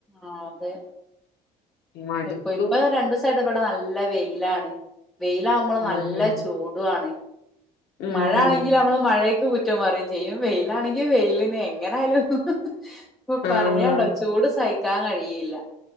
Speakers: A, in the centre; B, on the left (about 90°).
A: ആഹ് അതെ
B: മടുക്കും
A: ഇപ്പൊ ഇപ്പൊ രണ്ടുസയിട്ട് ഇവിടെ നല്ല വെയിലാണ് വെയിലാവമ്പള്
B: ഉം
A: നല്ല
B: ഉം
A: ചൂടു ആണ്
B: ഉം
A: മഴാണെങ്കിൽ
B: ഉം
A: നമ്മള് മഴ ക്ക് കുറ്റം പറയും ചെയ്യും വെയിലാണെങ്കി വെയിലിന് എങ്ങനെ ആയാലും ഇപ്പ പറയണ്ട
B: ആഹ് ആഹ്
A: ചൂട് സഹിക്കാൻ കഴിയില്ല